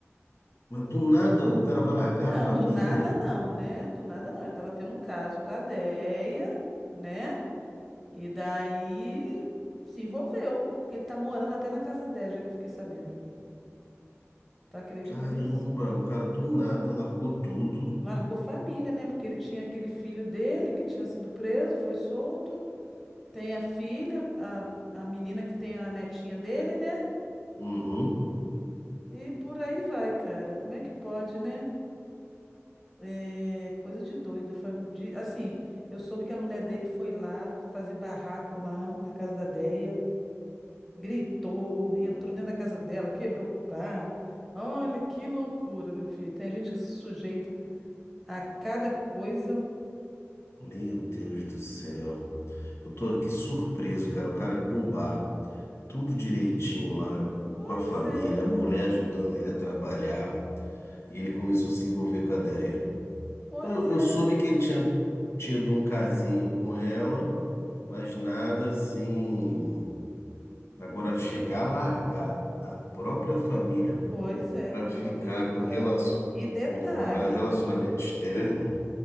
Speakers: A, on the left; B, in the centre.
A: Mas do nada o cara vai largar
B: Não,
A: a família.
B: do nada não, né? Do nada não. Ele tava tendo um caso com a Deia, né? E daí se envolveu, porque ele tá morando até na casa da Deia, já que eu fiquei sabendo. Tu acredita
A: Caramba,
B: nisso?
A: o cara do nada largou tudo.
B: Largou família, né? Porque ele tinha aquele filho dele que tinha sido preso, foi solto. Tem a filha, a, a menina que tem a netinha dele, né?
A: Uhum.
B: E por aí vai, cara. Como é que pode, né? É coisa de doida. fam- de- Assim, eu soube que a mulher dele foi lá fazer barraco lá na casa da Deia. Gritou, entrou dentro da casa dela, quebrou prato. Olha que loucura, meu filho. Tem gente que se sujeita a cada coisa.
A: Meu Deus do céu. Eu tô aqui surpreso, cara. O cara com o bar, tudo direitinho lá,
B: Pois
A: com a família,
B: é.
A: a mulher ajudando ele a trabalhar. E ele começou a se envolver com a ideia.
B: Pois
A: Eu, eu
B: é,
A: soube que ele tinha tido um casinho com ela, mas nada assim. Agora, chegar a largar a própria família
B: pois é,
A: para
B: para
A: ficar
B: poder ficar.
A: com rela-
B: E detalhe,
A: um relacionamento externo,